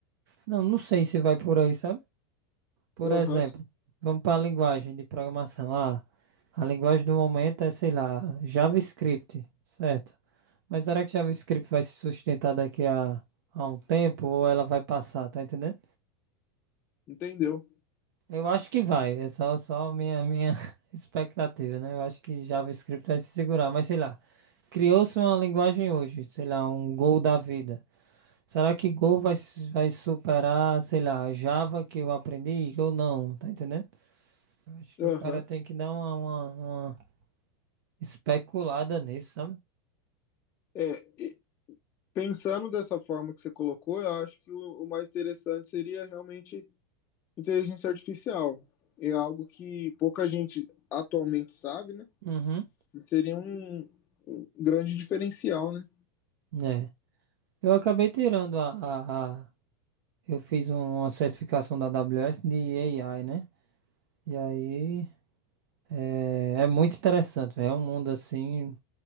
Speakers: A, on the right; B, on the left.
A: Não, não sei se vai por aí, sabe? Por exemplo,
B: Aham,
A: vamos para a linguagem de programação. Ah, a linguagem do momento é, sei lá, JavaScript, certo? Mas será que JavaScript vai se sustentar daqui a, a um tempo ou ela vai passar, tá entendendo?
B: entendeu.
A: Eu acho que vai. É só, só minha, minha <laughs> expectativa, né? Eu acho que JavaScript vai se segurar, mas sei lá. Criou-se uma linguagem hoje, sei lá, um Go da vida. Será que Go vai, su- vai superar, sei lá, a Java que eu aprendi ou não? Tá entendendo? Eu Acho que
B: Aham.
A: o cara tem que dar uma, uma, uma especulada nisso, sabe?
B: É, e pensando dessa forma que você colocou, eu acho que o, o mais interessante seria realmente inteligência artificial. É algo que pouca gente atualmente sabe, né?
A: Uhum.
B: E seria um, um grande diferencial, né?
A: É. Eu acabei tirando a, a, a... Eu fiz uma certificação da AWS de AI, né? E aí. É, é muito interessante, véio. É um mundo assim